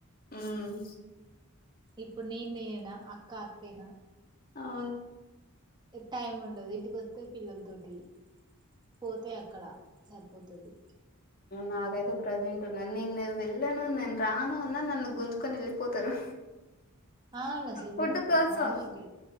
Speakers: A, on the left; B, on the right.
A: ఉమ్
B: ఇప్పుడు నేనేనా అక్కా అక్క ఏనా
A: అవును
B: టైం ఉండదు ఇంటికొస్తే పిల్లల తోటి పోతే అక్కడ సరిపోతది
A: నాకైతే ప్రెజెంట్ ఉన్నా నేను వెళ్ళను నేను రాను అన్నా నన్ను గుంజుకొని వెళ్ళిపోతారు
B: అవును అసలు
A: ఫుడ్
B: మీరు
A: కోసం
B: నాన్ వెెజ్